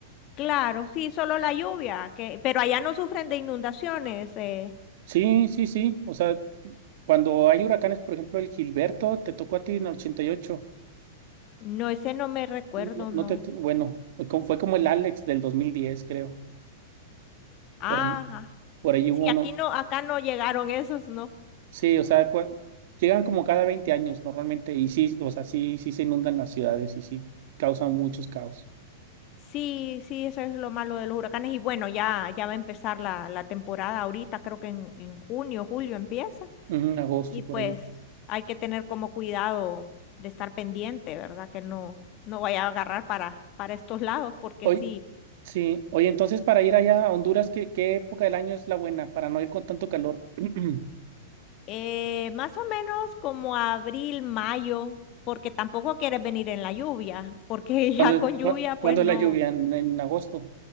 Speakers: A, on the left; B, on the right.
A: claro, sí, solo la lluvia, que, pero allá no sufren de inundaciones, eh,
B: Sí, sí, sí, o sea, cuando hay huracanes, por ejemplo, el Gilberto te tocó a ti en el 88,
A: no, ese no me recuerdo,
B: no,
A: no.
B: no te, bueno, como- fue como el Alex del 2010, creo,
A: Ajá,
B: por ahí, por ahí hubo
A: sí,
B: uno,
A: aquí no, acá no llegaron esos, no.
B: Sí, o sea, cua- llegan como cada 20 años normalmente y sí, o sea, sí, sí se inundan las ciudades y sí causan muchos caos.
A: Sí, sí, eso es lo malo de los huracanes y bueno, ya, ya va a empezar la, la temporada ahorita, creo que en, en junio, julio empieza
B: Ujú, En agosto,
A: y pues
B: por ahí.
A: hay que tener como cuidado de estar pendiente, ¿verdad? Que no, no vaya a agarrar para, para estos lados porque
B: Hoy,
A: sí.
B: sí, oye, entonces para ir allá a Honduras, ¿qué, qué época del año es la buena para no ir con tanto calor? <clears throat>
A: Eh, más o menos como abril, mayo, porque tampoco quieres venir en la lluvia, porque <laughs> ya
B: Cuando,
A: con lluvia,
B: cua-
A: pues
B: cuando
A: no.
B: es la lluvia? En, en agosto,